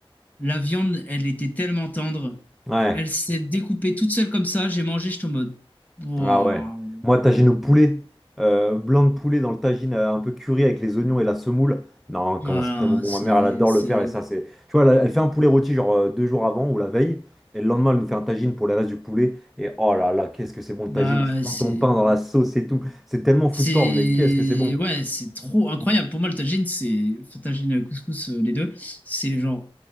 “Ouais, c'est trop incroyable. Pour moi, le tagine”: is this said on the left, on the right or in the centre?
Left